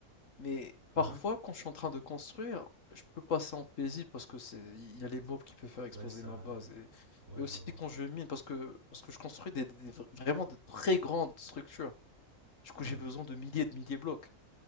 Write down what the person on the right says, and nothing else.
Uhum.
Ouais, ça.
Ouais,
je vois.
Hmm.